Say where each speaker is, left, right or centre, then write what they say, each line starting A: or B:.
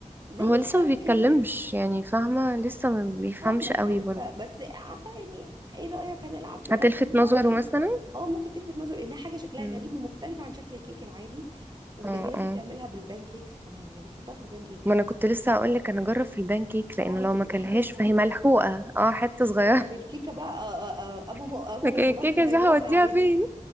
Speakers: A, on the right; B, on the right.
A: زي
B: هو لسه
A: الكارب
B: ما بيتكلمش
A: كيك كده
B: يعني فاهمه لسه ما بيفهمش
A: اه ما انا
B: قوي
A: عارفه
B: برضه
A: بس عارفه يعني ايه رايك هنلعب بالالعاب
B: هتلفت
A: مش
B: نظره
A: عارفه ايه
B: مثلا
A: اه ممكن تلفت نظر انها حاجه شكلها
B: مم.
A: غريب ومختلفه عن شكل الكيك العادي وده
B: اه
A: في ناس
B: اه
A: بتعملها بالبان كيكس كمان يعني بتحطها في البان كيكس
B: ما انا كنت لسه هقول لك انا اجرب في البان كيك لانه
A: اه
B: لو
A: تبقى
B: ما كلهاش
A: حاجه سبونتوطه
B: فهي ملحوقه
A: كده
B: اه حته صغيره
A: لكن الكيكه بقى آه آه آه ابو م...
B: <laughs>
A: ابو
B: لكن
A: مراد
B: الكيكه
A: اللي هيضربنا
B: دي هوديها
A: عليها
B: فين